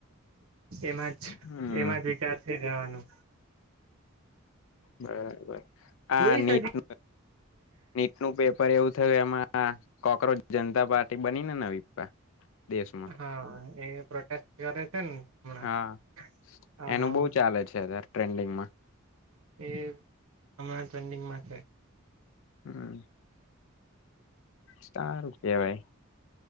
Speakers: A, on the right; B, on the left.
A: એમાં જ
B: હમ
A: એમાં જ વિચાર છે ત્યાનું
B: બરાબર હા
A: જોઈશ
B: નીટ
A: હજી
B: ન નીટ નું પેપર એવું થયું આમાં હા કોકરોોચ જનતા પાર્ટી બનીને નવી દેશમાં
A: હા એ પ્રોટેસ્ટ કરે છે ને હમણાં
B: હા એનું બહુ ચાલે છે અત્યારે ટ્રેન્ડિંગમાં
A: એ હમણાં ટ્રેન્ડિંગમાં છે
B: હમ સારું કેવાય